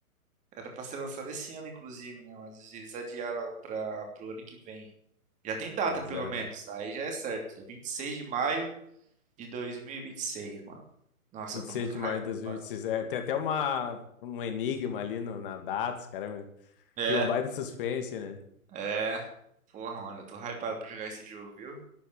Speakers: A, on the right (about 15°); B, on the left (about 40°).
A: Era pra ser lançado esse ano, inclusive, né? Mas eles adiaram pra, pro ano que vem. Já tem data,
B: Pois
A: pelo
B: é,
A: menos.
B: mano.
A: Aí já é certo. É 26 de maio De 2026, mano. Nossa,
B: vinte
A: eu tô
B: e seis
A: muito
B: de
A: hypado.
B: maio de 2026. É, tem até uma, um enigma ali no, na data, os caras me-
A: É,
B: Cria um baita suspense, né?
A: é. Porra, mano, eu tô hypado pra jogar esse jogo, viu?